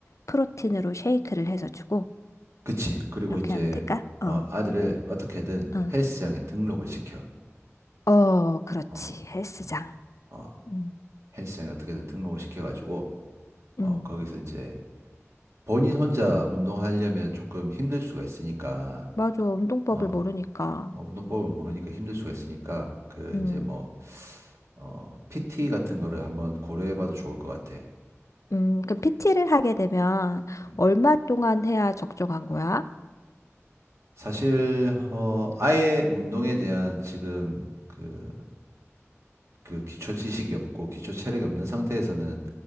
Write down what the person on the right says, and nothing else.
그치. 그리고
이제
어,
아들을 어떻게든
헬스장에 등록을 시켜.
어,
어, 어.
헬스장에 어떻게든 등록을 시켜가지고
어, 거기서 이제 본인 혼자 운동하려면 조금 힘들 수가 있으니까
어,
어, 운동법을 모르니까 힘들 수가 있으니까 그
이제 뭐 어, PT 같은 거를 한번 고려해봐도 좋을 것 같아.
음.
사실 어 아예 운동에 대한 지금 그 그 기초 지식이 없고 기초 체력이 없는 상태에서는